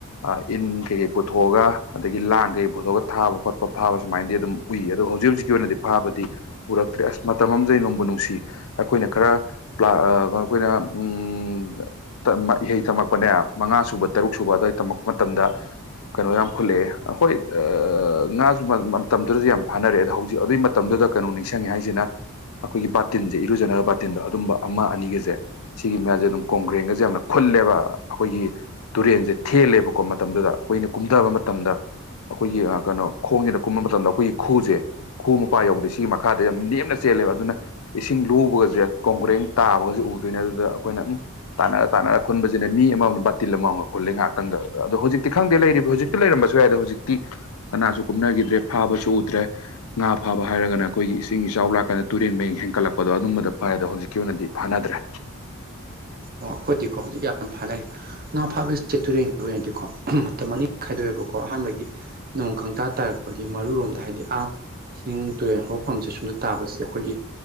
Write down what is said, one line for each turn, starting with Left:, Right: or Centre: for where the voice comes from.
Left: ꯑ ꯏꯟ ꯀꯩꯀꯩ ꯄꯨꯊꯣꯛꯑꯒ ꯑꯗꯒꯤ ꯂꯥꯡ ꯀꯩꯀꯩ ꯄꯨꯊꯣꯛꯑꯒ ꯊꯥꯕ ꯈꯣꯠꯄ ꯐꯥꯕ ꯁꯨꯃꯥꯏꯅꯗꯤ ꯑꯗꯨꯝ ꯎꯏ ꯑꯗꯨ ꯍꯧꯖꯤꯛ ꯍꯧꯖꯤꯛꯀꯤ ꯑꯣꯏꯅꯗꯤ ꯐꯥꯕꯗꯤ ꯎꯔꯛꯇ꯭ꯔꯦ ꯑꯁ ꯃꯇꯝ ꯑꯃꯗꯗꯤ ꯅꯣꯡꯕꯨ ꯅꯨꯡꯁꯤ ꯑꯩꯈꯣꯏꯅ ꯈꯔ ꯄ꯭ꯂ ꯑꯈꯣꯏꯅ ꯑ ꯎꯝ ꯇ ꯃ ꯏꯍꯩ ꯇꯝꯃꯛꯄꯅꯦ ꯃꯉꯥ ꯁꯨꯕ ꯇꯔꯨꯛ ꯁꯨꯕ ꯑꯗꯨꯋꯥ ꯇꯝꯃꯛꯄ ꯃꯇꯝꯗ ꯀꯩꯅꯣ ꯌꯥꯝ ꯈꯨꯨꯠꯂꯛꯑꯦ ꯑꯈꯣꯏ ꯑ ꯉꯥꯒꯤ ꯃꯇꯝꯗꯨꯗꯗꯤ ꯌꯥꯝ ꯐꯥꯅꯔꯛ ꯑꯦ ꯑꯗꯣ ꯍꯧꯖꯤꯛ ꯑꯗꯨꯒꯤ ꯃꯇꯝ ꯑꯗꯨꯗ ꯀꯩꯅꯣ ꯅꯤꯡꯁꯤꯡꯉꯛ ꯑꯦ ꯍꯥꯏꯁꯤꯅ ꯑꯩꯈꯣꯏꯒꯤ ꯕꯥꯇꯤꯟꯁꯦ ꯏꯔꯨꯖꯅꯕ ꯕꯥ ꯇꯤꯟꯗꯣ ꯑꯗꯨꯝꯕ ꯑꯃ ꯑꯅꯤꯒꯁꯦ ꯁꯤꯒꯤ ꯃꯌꯥꯁꯦ ꯑꯗꯨꯝ ꯀꯣꯡꯒ꯭ꯔꯦꯡꯒꯁꯦ ꯌꯥꯝꯅ ꯈꯨꯜꯂꯦꯕ ꯑꯩꯈꯣꯏꯒꯤ ꯇꯨꯔꯦꯟꯁꯦ ꯊꯦꯜꯂꯦꯕꯀꯣ ꯃꯇꯝꯗꯨꯗ ꯑꯩꯈꯣꯏꯅ ꯀꯨꯝꯘꯕ ꯃꯇꯝꯗ ꯑꯩꯈꯣꯏꯒꯤ ꯀꯩꯅꯣ ꯈꯣꯡꯁꯤꯅ ꯀꯨꯝꯕ ꯃꯇꯝꯗ ꯑꯩꯈꯣꯏꯒꯤ ꯈꯨꯁꯦ ꯈꯨ ꯃꯄꯥ ꯌꯧꯗꯦ ꯁꯤꯒꯤ ꯃꯈꯥꯗ ꯌꯥꯝ ꯅꯦꯝꯅ ꯆꯦꯜꯂꯦꯕ ꯑꯗꯨꯅ ꯏꯁꯤꯡ ꯂꯨꯕꯒꯁꯦ ꯀꯣꯡꯒ꯭ꯔꯦꯡ ꯇꯥꯕꯒꯁꯨ ꯎꯗꯣꯏꯅꯦ ꯑꯗꯨꯗ ꯑꯩꯈꯣꯏꯅ ꯇꯥꯟꯅꯔ ꯇꯥꯟꯅꯔ ꯈꯨꯟꯕꯁꯤꯅ ꯃꯤ ꯑꯃꯃꯝꯅ ꯕꯥꯇꯤꯜ ꯑꯃꯃꯝ ꯍꯨꯜꯂꯤ ꯉꯍꯥꯛꯇꯪꯗ ꯑꯗꯣ ꯍꯧꯖꯤꯛꯇꯤ ꯈꯪꯗꯦ ꯂꯩꯔꯤꯕ ꯍꯧꯖꯤꯛꯇꯤ ꯂꯩꯔꯝꯕꯁꯨ ꯌꯥꯏꯗ ꯍꯧꯖꯤꯛꯇꯤ ꯀꯅꯥꯁꯨ ꯀꯨꯞꯅꯈꯤꯗ꯭ꯔꯦ ꯐꯥꯕꯁꯨ ꯎꯗ꯭ꯔꯦ ꯉꯥ ꯐꯥꯕ ꯍꯥꯏꯔꯒꯅ ꯑꯩꯈꯣꯏꯒꯤ ꯏꯁꯤꯡ ꯏꯆꯥꯎ ꯂꯥꯛꯀꯥꯟ ꯇꯨꯔꯦꯟ ꯃꯌꯦꯡ ꯍꯦꯟꯀꯠꯂꯛꯄꯗꯣ ꯑꯗꯨꯝꯕꯗ ꯐꯥꯢ ꯑꯗꯣ ꯍꯧꯖꯤꯛꯀꯤ ꯑꯣꯏꯅꯗꯤ ꯐꯥꯅꯗ꯭ꯔꯦ
Right: ꯑꯣ ꯑꯩꯈꯣꯏꯗꯤꯀꯣ ꯍꯧꯖꯤꯛ ꯌꯥꯝꯅ ꯐꯅꯩ ꯉꯥ ꯐꯥꯕꯦ ꯇꯨꯔꯦꯟꯒꯤ ꯑꯣꯏꯅꯗꯤꯀꯣ ꯃꯇꯝ ꯑꯅꯤ ꯈꯥꯏꯗꯣꯛꯑꯦꯕꯀꯣ ꯑꯍꯥꯟꯕꯒꯤ ꯅꯣꯡ ꯈꯪꯇꯥ ꯇꯥꯔꯛꯄꯒꯤ ꯃꯔꯨꯔꯣꯝꯗ ꯍꯥꯏꯕꯗꯤ ꯑꯥ ꯏꯁꯤꯡ ꯇꯨꯔꯦꯟ ꯍꯧꯔꯛꯐꯝꯁꯦ ꯁꯣꯝꯗ ꯇꯥꯕꯁꯦ ꯑꯩꯈꯣꯏꯒꯤ